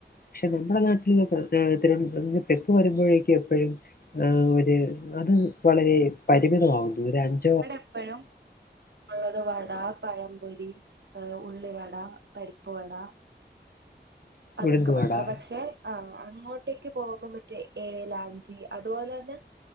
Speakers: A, on the left; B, on the right.
A: പക്ഷെ നമ്മുടെ നാട്ടില് ഇത്തരം തെക്ക് വരുമ്പോഴേക്കും എപ്പോഴും ആഹ് ഒരു അത് വളരെ പരിമിതമാവുന്നു ഒരഞ്ച്
B: ഇവിടെ എപ്പോഴും ഉള്ളത് വടാ പഴംപൊരി ഏഹ് ഉള്ളിവട പരിപ്പ് വട അതൊക്കെ
A: ഉഴുന്നുവട
B: മാത്രം പക്ഷെ ആഹ് അങ്ങോട്ടേക്ക് പോകുമ്പോത്തേക്ക് മറ്റേ ഏലാഞ്ചി അതുപോലെ തന്നെ